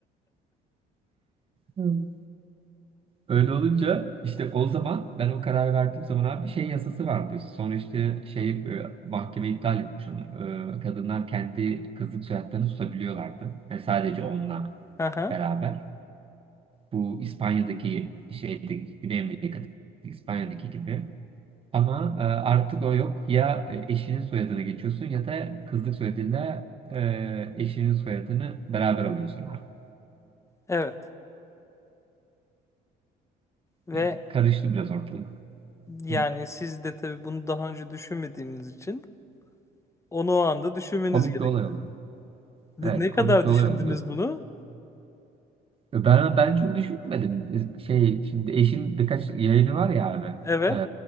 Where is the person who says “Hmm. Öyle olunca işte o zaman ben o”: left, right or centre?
Right